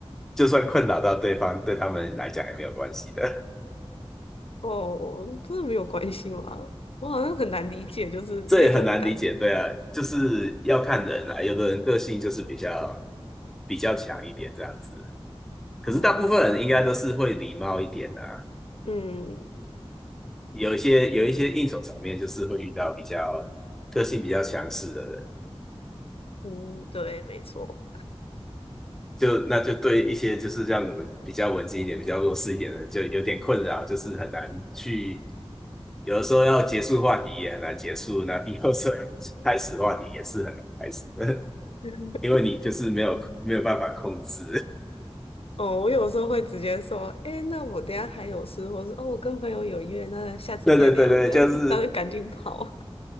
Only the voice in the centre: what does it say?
就算困扰到对方，对他们来讲也没有关系的。
这也很难理解，对啊，就是要看人啊，有的人个性就是比较比较强一点这样子，可是大部分人应该都是会礼貌一点的啊，
有一些有一些应酬场面就是会遇到比较个性比较强势的人，
就那就对一些就是让我们比较文静一点、比较弱势一点的人就有点困扰，就是很难去，有的时候要结束话题也很难结束，那有的时候开始话题也是很难开始，<laughs>
因为你就是没有没有办法控制。
<laughs> 对对对对，
就是